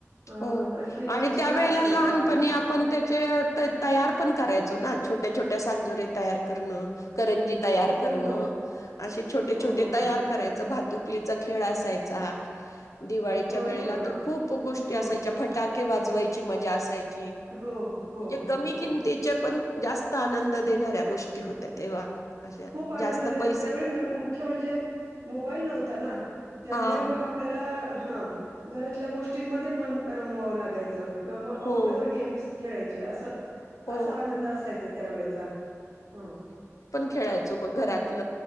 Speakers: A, on the right; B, on the left.
A: अ
B: हो
A: आणखीन
B: आणि
A: चिवडा
B: त्यावेळेला
A: असायचा
B: लहानपणी आपण त्याचे तयार पण करायचो ना छोट्या छोट्या सांजुरे तयार करणं. करंजी तयार
A: हो
B: करणं
A: हो.
B: असे छोटे
A: हो
B: छोटे
A: हो
B: तयार
A: हो
B: करायचं भातूक आपलीचा खेळ असायचा. दिवाळीच्या
A: हो
B: वेळेला
A: हो हा
B: तर खूप गोष्टी
A: हो
B: असायच्या फटाक वाजवायची मजा असायची
A: हो हो
B: म्हणजे
A: हो
B: कमी
A: हो
B: किमतीच्या पण जास्त आनंद देणाऱ्या गोष्टी होत्या तेव्हा. अशा
A: खूप आनंद
B: जास्त पैसे
A: त्यावेळी मुख्य म्हणजे मोबाईल नव्हता ना त्यामुळे
B: हा
A: मग आपल्याला हा घरातल्या गोष्टींमध्ये मन रमवावं लागायचं. किंवा मग आऊट
B: हो
A: डोअर गेम्स खेळायचे असं
B: हो
A: असा आनंद असायचा त्या वेळेचा हा.
B: खेळायच मग घरात